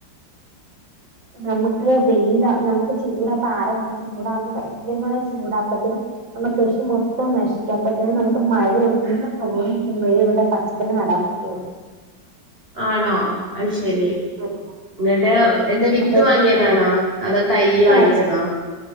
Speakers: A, on the right; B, on the right.
A: ഉം <inaudible> നമുക്ക് വെയില നമുക്ക് ചൂടാ പാറയ ചൂടാ ഭയങ്കര ചൂടാ അപ്പത്തിന്. നമ്മക്ക് കൃഷി മൊത്തം നശിക്കാത്ത തന്നെ നമുക്ക് മഴയ ഒന്ന്‌ തോന്നിക്കുമ്പോഴും ഇവിടെ പചക്കറി നടാൻ പറ്റി ചോറ്
B: ആണോ അയ്ശരി
A: ഉം
B: എന്ന്ട്ട്
A: ഉം
B: എന്താ വിത്ത്
A: അപ്പൊ
B: വാങ്ങിയതാണാ? അതാ തൈ വാങ്ങിച്ചതോ?
A: ആഹ്